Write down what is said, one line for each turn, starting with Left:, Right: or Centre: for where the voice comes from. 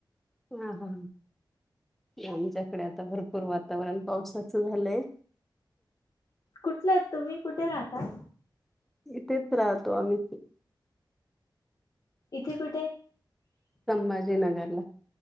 Centre: हा हा. आमच्याकडे आता भरपूर वातावरण पावसाचं झालंय.
Left: कुठले अहात तुम्ही? कुठे राहता?
Centre: इथेच राहतो आम्ही.
Left: इथे कुठे?
Centre: बाजेनगरला.